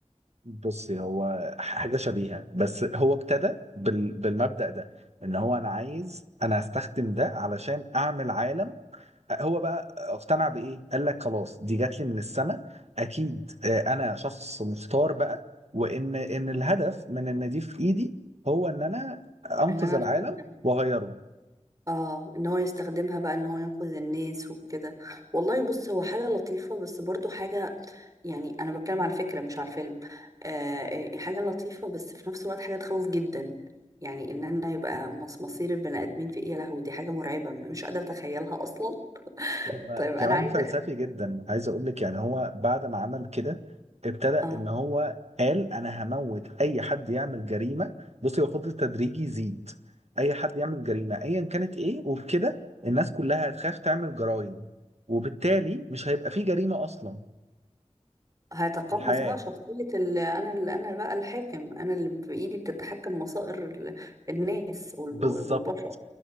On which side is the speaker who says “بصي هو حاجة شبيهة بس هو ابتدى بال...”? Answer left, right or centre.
Right